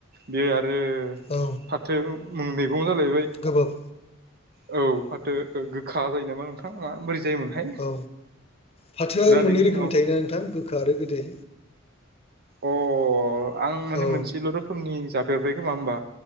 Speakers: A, on the right; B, on the left.
A: बे आ रो
B: औ
A: फाथो मुंनि माबा जालायबाय
B: गोबाब
A: औ फाथो गोखा जायो नामा नोंथां बोरै जायोमोनहाय
B: औ फाथोआ
A: दा
B: मोननै
A: बेनि
B: रोखोमनि
A: उनाव
B: थायोना नोंथां गोखा आरो गोदै
A: अ आं माने
B: औ
A: मोनसेल' रो जाफेरबाय खोमा होमबा